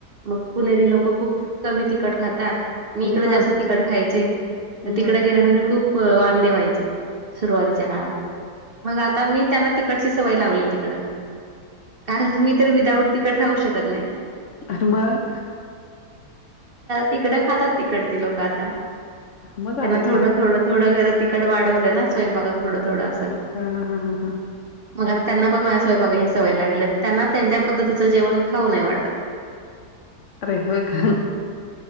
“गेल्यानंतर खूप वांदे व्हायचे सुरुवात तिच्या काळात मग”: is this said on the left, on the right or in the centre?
Right